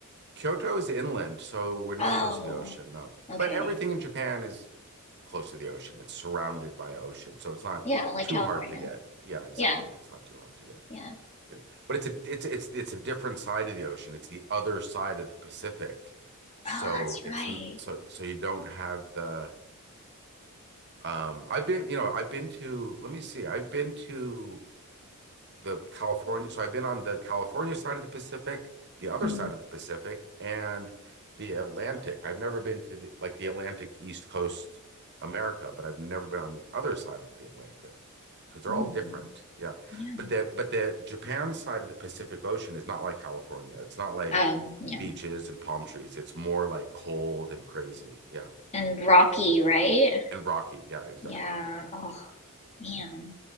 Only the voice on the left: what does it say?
Oh,
okay.
Yeah, like
California.
Yeah,
yeah.
Oh, that's right.
mm
mm.
Yeah.
Um, yeah.
And Rocky, right?
Yeah.
Oh, man.